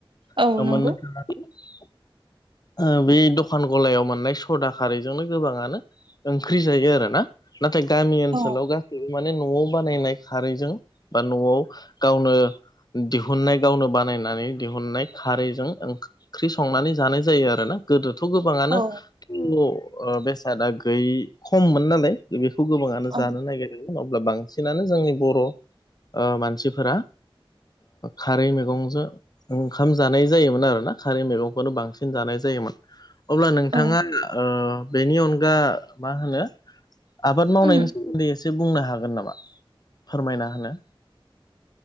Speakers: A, on the right (about 60°); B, on the left (about 45°).
A: औ
B: <unintelligible>
A: नंगौ
B: ओ बे द खान गलायाव मोननाय सदा खारैजोंनो गोबाङानो ओंख्रि जायो आरोना? नाथाय गामि ओनसोलाव
A: औ
B: गासैबो माने न'आव बानायनाय खारैजों बा न'आव गावनो दिहुननाय गावनो बानायनानै दिहुननाय खारैजों ओंख्रि संनानै जानाय जायो आरो ना गोदो थ' गोबाङानो
A: औ
B: थ' बेसादा गैयै खममोन नालाय बेखौ गोबाङानो
A: औ
B: जानो नागिरदोंमोन अब्ला बांसिनानो जोंनि बर' मानसिफोरा खारै मैगंजों ओंखाम जानाय जायोमोन आरोना खारै मैगंखौनो बांसिन जानाय जायोमोन। अब्ला नोंथाङा
A: औ
B: बेनि अनगा मा होनो आबाद मावनायनि
A: उम
B: सोमोन्दै एसे बुंनो हागोन नामा फोरमायना होनो